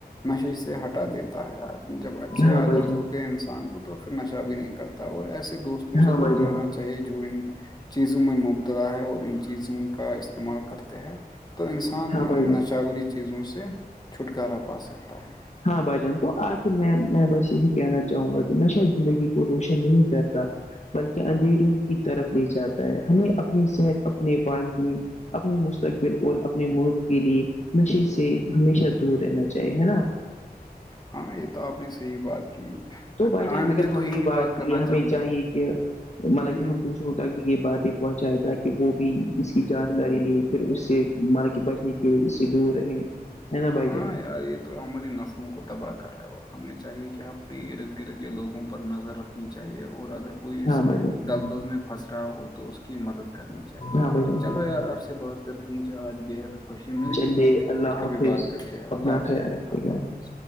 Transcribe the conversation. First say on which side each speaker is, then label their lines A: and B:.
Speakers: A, on the left; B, on the left.
A: نشیش سے ہٹا دیتا ہے جب اچھے
B: ہاں
A: عادت
B: بھائی جان ہاں بھائی جان
A: ہوتے ہیں انسان تو پھر نشہ بھی نہیں کرتا اور ایسے دوستوں
B: ہاں
A: سے
B: بھائی
A: دور
B: جان
A: رہنا چاہیے جو ان چیزوں میں م اور ان چیزوں کا استعمال کرتے ہیں تو انسان
B: ہاں
A: ان
B: بھائی جان
A: نشاوری چیز چیزوں سے چھٹکارا پا سکتا ہے
B: ہاں بھائی جان تو آخر میں میں بس یہی کہنا چاہوں گا کہ میں شا زندگی کو روشن نہیں کرتا بلکہ اندھیروں کی طرف لے جاتا ہے ہمیں اپنی صحت اپنے والدین اپنے مستقبل اور اپنے ملک کے لیے نشے سے ہمیشہ دور رہنا چاہیے ہے نا
A: ہاں یہ تو آپ نے صحیح بات کی
B: تو بھائی جان
A: آن
B: اگر
A: میں
B: ہم
A: تو یہی
B: نے بات
A: کرنا
B: کی ہمیں
A: چاہوں
B: چاہیے
A: گا
B: کہ مطلب
A: ہوں
B: کہ ہم
A: ہ ہ
B: دوشروں تک بھی یہ باتیں پہنچایا تھا کہ وہ بھی اس کی جانکاری لیے پھر اس سے مل کہ بچنے کی کہ اس سے دور ہے نا بھائی
A: ہاں
B: جان
A: یار یہ تو ہماری نسلوں کو تباہ کر رہا ہے اور ہمیں چاہیے کہ ہمب اپنے ارد گرد کے لوگوں پر نظر رکھنی چاہیے اور اگر کوئی اس
B: ہاں بھائی جان
A: دل دل میں پھنس رہا ہو تو اس کی مدد کرنی چاہیے
B: ہاں بھائی جان
A: چلو یار آپ سے بات کر کے مجھے آج بےحد خوشی ملی
B: چلیے اللہ
A: پھر کبھی
B: حافظ
A: بات کرتے ہیں اللہ
B: اپنا
A: حاظ
B: خیال
A: میں
B: رکھیے
A: جبا اللہ
B: گا
A: حافظ